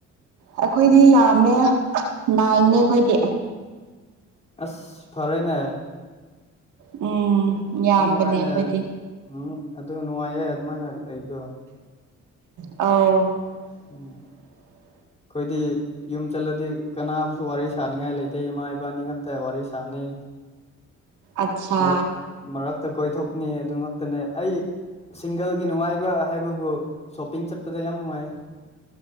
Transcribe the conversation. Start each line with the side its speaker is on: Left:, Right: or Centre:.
Right: ꯑꯩꯈꯣꯏꯗꯤ ꯌꯥꯝꯃꯦ ꯅꯥꯏꯅꯦ ꯑꯩꯈꯣꯏꯗꯤ
Left: ꯑꯁ ꯐꯔꯦꯅꯦ
Right: ꯎꯝ ꯌꯥꯝꯕꯅꯦ
Left: ꯌꯥꯝ ꯅꯨꯡꯉꯥꯏꯅꯦ
Right: ꯑꯩꯈꯣꯏꯗꯤ
Left: ꯎꯝ ꯑꯗꯨ ꯅꯨꯡꯉꯥꯏꯌꯦ ꯑꯗꯨꯃꯥꯏꯅ ꯂꯩꯕꯗꯣ
Right: ꯑꯥꯎ <inaudible>
Left: ꯎꯝ ꯑꯩꯈꯣꯏꯗꯤ ꯌꯨꯝ ꯆꯠꯂꯗꯤ ꯀꯅꯥꯕꯨꯁꯨ ꯋꯥꯔꯤ ꯁꯥꯅꯤꯡꯉꯥꯏ ꯂꯩꯇꯦ ꯏꯃꯥ ꯏꯄꯥꯅꯤ ꯉꯥꯛꯇ ꯋꯥꯔꯤ ꯁꯥꯅꯤ
Right: ꯑꯠꯁꯥ
Left: ꯃꯔꯛ ꯃꯔꯛꯇ ꯀꯣꯏꯊꯣꯛꯅꯤ ꯑꯗꯨ ꯉꯥꯛꯛꯇꯅꯦ ꯑꯩ ꯁꯤꯡꯒꯜꯒꯤ ꯅꯨꯡꯉꯥꯏꯕ ꯍꯥꯏꯕꯕꯨ ꯁꯣꯄꯤꯡ ꯆꯠꯄꯗ ꯌꯥꯝ ꯅꯨꯡꯉꯥꯏꯌꯦ